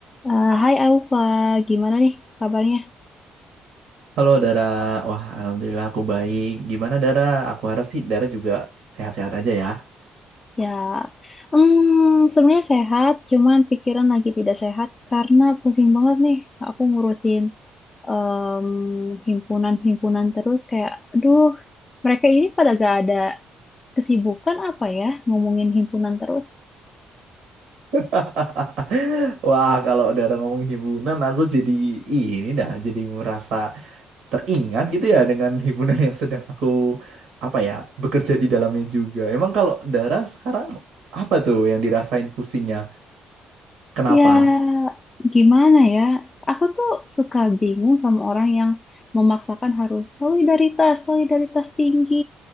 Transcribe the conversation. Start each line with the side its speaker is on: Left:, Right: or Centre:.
Left: Eh, hai Aufa, gimana nih kabarnya?
Right: Halo Dara, wah alhamdulillah aku baik. Gimana Dara? Aku harap sih Dara juga sehat-sehat aja ya.
Left: Ya, hmm, sebenarnya sehat, cuman pikiran lagi tidak sehat karena pusing banget nih. Aku ngurusin em, himpunan-himpunan terus kayak, aduh, mereka ini pada gak ada kesibukan apa ya ngomongin himpunan terus.
Right: <laughs> Wah kalau Dara ngomongin hiburan, aku jadi ini dah, jadi merasa teringat gitu ya dengan hiburan yang sedang aku apa ya bekerja di dalamnya juga. Emang kalau Dara sekarang apa tuh yang dirasain pusingnya? Kenapa?
Left: Ya, gimana ya? Aku tuh suka bingung sama orang yang memaksakan harus solidaritas, solidaritas tinggi,